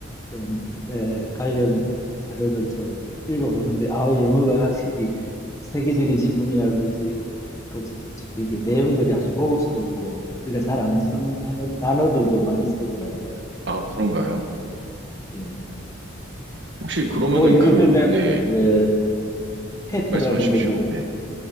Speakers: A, on the left; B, on the right.
A: 좀 에, 관련 자료들 좀 읽어보는데 아우 영어가 확실히 세계적인 신문이라 그런지 그 저- 이게 내용들이 아주 고급스럽고 우리가 잘 안 쓰는 단어, 단어들도 많이 쓰더라고요.
B: 아, 그런가요?
A: 예.
B: 혹시 그러면은
A: 뭐 예를
B: 그,
A: 들면은
B: 네,
A: 예, 페트라는
B: 말씀하십시오.
A: 걸뭐
B: 네.